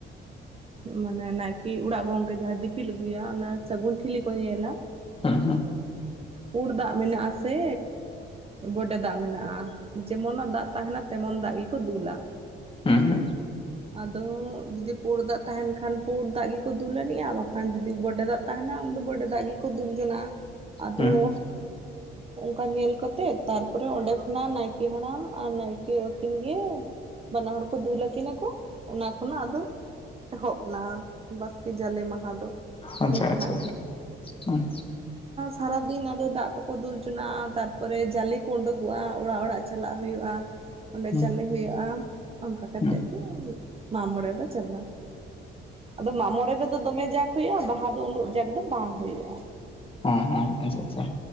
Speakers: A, on the right; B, on the left.
A: ᱢᱟᱱᱮ ᱱᱟᱭᱠᱮ ᱚᱲᱟᱜ ᱜᱚᱝᱠᱮ ᱡᱟᱦᱟᱸᱭ ᱫᱤᱯᱤᱞ ᱟᱹᱜᱩᱭᱟ ᱚᱱᱟ ᱥᱟᱹᱜᱩᱱ ᱴᱷᱤᱞᱤ ᱠᱚ ᱧᱮᱞᱟ
B: ᱦᱩᱸ ᱦᱩᱸ
A: ᱯᱩᱲ ᱫᱟᱜ ᱢᱮᱱᱟᱜ ᱟᱥᱮ ᱵᱚᱰᱮ ᱫᱟᱜ ᱢᱮᱱᱟᱜᱼᱟ ᱡᱮᱢᱚᱱ ᱱᱟᱜ ᱫᱟᱜ ᱛᱟᱦᱮᱱᱟ ᱛᱮᱢᱚᱱ ᱫᱟᱜ ᱜᱮᱠᱚ ᱫᱩᱞᱟ
B: ᱦᱩᱸ ᱦᱩᱸ
A: ᱟᱫᱚ ᱡᱩᱫᱤ ᱯᱩᱲ ᱫᱟᱜ ᱛᱟᱦᱮᱱ ᱠᱷᱟᱱ ᱯᱩᱲ ᱫᱟᱜ ᱜᱮᱠᱚ ᱫᱩᱞ ᱟᱱᱤᱜᱼᱟ ᱵᱟᱠᱷᱟᱱ ᱡᱩᱫᱤ ᱵᱚᱰᱮ ᱫᱟᱜ ᱛᱟᱦᱮᱱᱟ ᱩᱱ ᱫᱚ ᱵᱚᱰᱮ ᱫᱟᱜ ᱜᱮᱠᱚ ᱫᱩᱞ ᱡᱚᱱᱟᱜ ᱟᱫᱚ
B: ᱦᱩᱸ ᱦᱩᱸ
A: ᱚᱱᱠᱟ ᱧᱮᱞ ᱠᱟᱛᱮᱜ ᱛᱟᱨᱯᱚᱨᱮ ᱚᱸᱰᱮ ᱠᱷᱚᱱᱟᱜ ᱱᱟᱭᱠᱮ ᱦᱟᱲᱟᱢ ᱟᱨ ᱱᱟᱭᱠᱮ ᱟᱹᱠᱤᱱ ᱜᱮ ᱵᱟᱱᱟ ᱦᱚᱲ ᱠᱚ ᱫᱩᱞᱠᱤᱱᱟ ᱠᱚ ᱚᱱᱟ ᱠᱷᱚᱱᱟᱜ ᱟᱫᱚ ᱮᱦᱚᱵ ᱱᱟ ᱵᱟᱥᱠᱮ ᱡᱟᱞᱮ ᱢᱟᱦᱟ ᱫᱚ
B: ᱟᱪᱪᱷᱟ
A: ᱩᱱ ᱠᱷᱚᱱᱟᱜ
B: ᱟᱪᱪᱷᱟ ᱦᱩᱸ
A: ᱥᱟᱨᱟ ᱫᱤᱱ ᱟᱫᱚ ᱫᱟᱜ ᱠᱚᱠᱚ ᱫᱩᱞ ᱦᱚᱪᱚᱱᱟᱜᱼᱟ ᱛᱟᱨᱯᱚᱨᱮ ᱡᱟᱞᱮ ᱠᱚ ᱩᱰᱩᱠᱚᱜᱼᱟ ᱚᱲᱟᱜ ᱚᱲᱟᱜ ᱪᱟᱞᱟᱜ ᱦᱩᱭᱩᱜᱼᱟ ᱚᱸᱰᱮ
B: ᱦᱩᱸ
A: ᱡᱟᱞᱮ ᱦᱩᱭᱩᱜᱼᱟ ᱚᱱᱠᱟ ᱠᱟᱛᱮᱮᱫ
B: ᱦᱩᱸ ᱦᱩᱸ ᱟᱪᱪᱷᱟ ᱦᱮᱸ
A: ᱜᱮ
B: ᱦᱮᱸ
A: ᱢᱟᱜ ᱢᱚᱬᱮ ᱫᱚ ᱪᱟᱵᱟ ᱟᱫᱚ ᱢᱟᱜᱢᱚᱬᱮ ᱨᱮᱫᱚ ᱫᱚᱢᱮ ᱡᱟᱠ ᱦᱩᱭᱩᱜᱼᱟ ᱵᱟᱦᱟ ᱫᱚ ᱩᱱᱟᱹᱜ ᱡᱟᱠ ᱫᱚ ᱵᱟᱝ ᱦᱩᱭᱩᱜᱼᱟ
B: ᱦᱩᱸ ᱦᱩᱸ ᱟᱪᱪᱷᱟ ᱟᱪᱪᱷᱟ